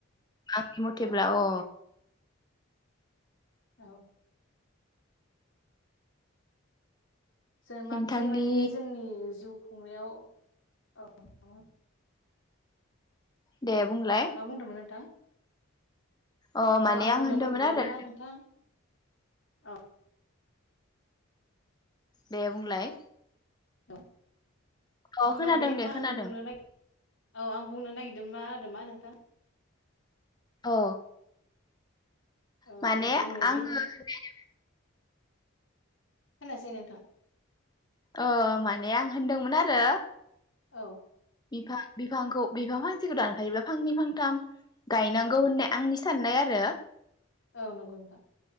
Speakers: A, on the left (about 20°); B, on the left (about 65°).
A: आंनि मथेब्ला
B: औ
A: अ
B: औ जों माखासे
A: नोंथांनि
B: माने जोंनि जिउ। खुंनायाव औमोन
A: दे बुंलाय
B: मा बुंदोंमोन नोंथां?
A: अ
B: औ
A: माने
B: बुंनो
A: आं होनदोंमोन
B: नागिरदोंमोन
A: आरो
B: मा नोंथां औ
A: दे बुंलाय
B: औ'
A: अ खोनादों
B: माने
A: दे
B: मा
A: खोनादों
B: आं बुंनो नागिर औ आं बुंनो नागिरदों मा आरो मा नोंथां
A: अ
B: औ
A: माने
B: जोंनो
A: आङो
B: बिफां
A: <unintelligible> <unintelligible>
B: खोनायासै नोंथां
A: ओ माने आं होनदोंमोन आरो
B: औ
A: बिफां बिफांखौ बिफां फांसेखौ दानफायोब्ला फांनै फांथाम गायनांगौ होननाय आंनि साननाय आरो
B: औ नंगौ नोंथां